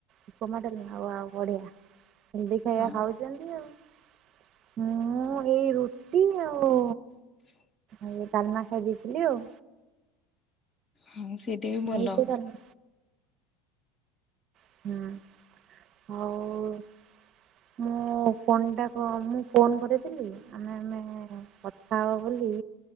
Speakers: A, on the right; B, on the left.
A: ଉପମା ଡାଲମା ଆଉ ଆଉ ବଢିଆ ହେଲ୍ଦି ଖାଇବା
B: ହଁ।
A: ଖାଉଛ ଆଉ ମୁଁ ଏଇ ରୁଟି ଆଉ
B: <unintelligible>
A: ଆଉ ଡାଲମା ଖାଇ ଦେଇଥିଲି ଆଉ
B: ହଁ ସେଇଟା ବି ଭଲ।
A: ମୁଁ ସେଇ ଡାଲମା ହୁଁ ହଉ ମୁଁ ଫୋନ୍ଟା ମୁଁ ଫୋନ୍ କରିଥିଲି ଆମେ ଆମେ ହଅ ବୋଲି